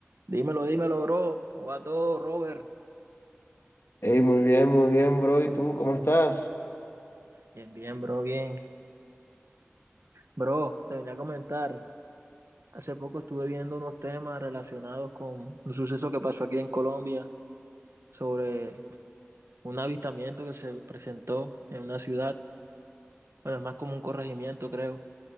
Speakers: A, on the right; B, on the left.
A: Dímelo, dímelo, bro. ¿Cómo va todo, Robert?
B: Hey muy bien, muy bien, bro. ¿Y tú cómo estás?
A: Bien, bien, bro, bien. Bro, te venía a comentar. Hace poco estuve viendo unos temas relacionados con un suceso que pasó aquí en Colombia sobre un avistamiento que se presentó en una ciudad, bueno, es más como un corregimiento, creo,